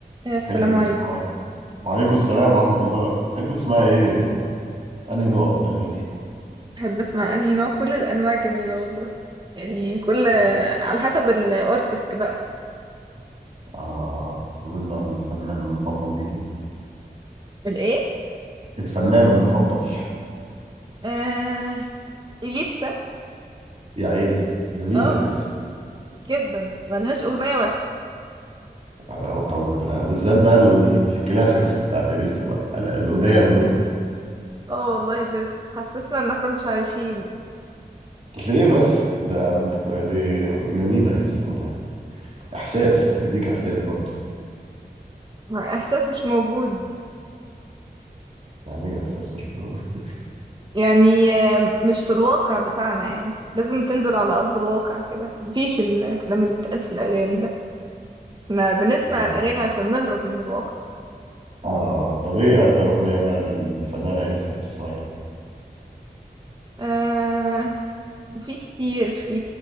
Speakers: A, on the right; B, on the right.
A: آه، السلام
B: تحب تسمعي
A: عليكم
B: وعليكم السلام ورحمة الله تحب تسمعي ايه انهي نوع في الاغاني
A: بحب اسمع انهي نوع كل الانواع جميله والله يعني كل
B: اه
A: على حسب الارتست بقى
B: آه، مين بقى الفنان المفضل ليكي
A: الايه
B: الفنان المفضل
A: آه... اليسا
B: يا عيني جميلة
A: اه
B: اليسا
A: جدا ملهاش اغنيه وحشه
B: أنا- طب ال- بالذات بقى ال- الكلاسيكس بتاعت اليسا بقى الحلقة- القدام دول
A: اه والله بتحسسنا ان احنا مش عايشين
B: ليه بس ده دي جميلة اليسا والله احساس بتديك احساس برضه
A: احساس مش موجود
B: يعني ايه احساس مش <laughs>
A: يعني آه، مش في الواقع بتاعنا يعني لازم تنزل على ارض الواقع كده مفيش الكلام اللي بيتقال في الاغاني ده احنا بنسمع
B: اه
A: الاغاني عشان نهرب من الواقع
B: آه، طب ايه اكتر اغنية بقى للفنانة اليسا بتسمعيها
A: آه... في كتير في